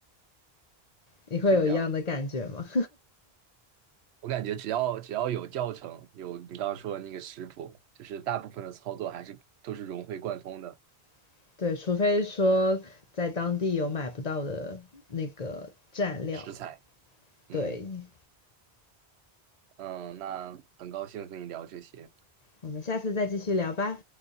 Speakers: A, on the left (about 45°); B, on the right (about 85°).
A: 你会有一样的感觉吗？
B: 是这样的，我感觉只要只要有教程，有你刚刚说的那个食谱，就是大部分的操作还是都是融会贯通的
A: <laughs> 对，除非说在当地有买不到的那个蘸料。
B: 食材。嗯
A: 对，
B: 嗯，那很高兴和你聊这些。
A: 我们下次再继续聊吧。